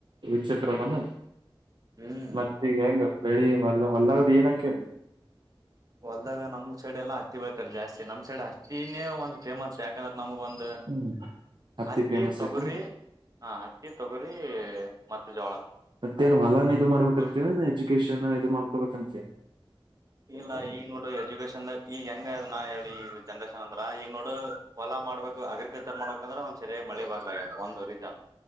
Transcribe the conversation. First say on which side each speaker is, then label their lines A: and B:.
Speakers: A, on the right (about 60°); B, on the right (about 40°).
A: ವಿಚಿತ್ರನ
B: ಹ್ಮ್
A: ಮತ್ತ ಈಗ ಹೆಂಗ ಬೆಳಿ ವಲ್ಲ ವಲ್ಲ ಬಿನಕ್ಕಿರ್
B: ಹೊಲ್ದಾಗ ನಮ್ ಸೈಡ್ ಎಲ್ಲಾ ಹತ್ತಿ ಬೆಳಿತಾರೆ ಜಾಸ್ತಿ ನಮ್ ಸೈಡ್ ಹತ್ತಿನೇ ಒಂದು ಫೇಮಸ್ ಯಾಕಂದ್ರೆ ನಮಗ ಒಂದು
A: ಹ್ಮ್
B: ಹತ್ತಿ
A: ಫೇಮಸ್
B: ತೊಗರಿ
A: ಐತೇನ್
B: ಹ ಹತ್ತಿ ತೊಗರಿ ಮತ್ತೆ ಜೋಳ
A: ಮತ್ತೆನ ಹೊಲಾನೆ ಇದು ಮಾಡ್ಬೇಕತ್ತೇವ
B: ಗುಲ್
A: ಎಜುಕೇಶನ್ ಇ ಮಾಡ್ಕಬೇಕಂತಿಯ
B: ಇಲ್ಲ ಈಗ ನೋಡು ಎಜುಕೇಶನ್ದಾಗ ಈಗ ಹೆಂಗ ಅದ್ ನಾ ಹೇಳಿ ಈ ಜನ್ರೇಷನ್ ಅಂದ್ರ ಈಗ ನೋಡು ಹೊಲ ಮಾಡಬೇಕ ಅಗ್ರಿಕಲ್ಚರ್ ಮಾಡಬೇಕಂದ್ರೆ ಒಂದ ಸರಿಗ್ ಮಳಿ ಬರ್ಲೆ ಆಗ್ಯದ ಒಂದು ರೀಜನ್